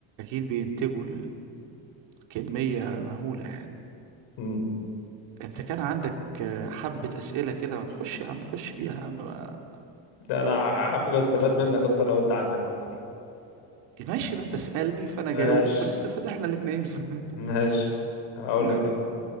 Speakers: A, on the right; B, on the left.
A: بينتجوا الكمية مهولة يعني
B: مم.
A: انت كان عندك آه، حبة أسئلة كده خش يا عم خش بيها يا عم ما-
B: ده انا حابب استفاد منك اكتر لو انت عندك اكتر
A: ماشي ما انت اسألني فانا
B: ماشي
A: جاوب فنستفاد احنا الاتنين <laughs>
B: ماشي هقول
A: يلا
B: لك انا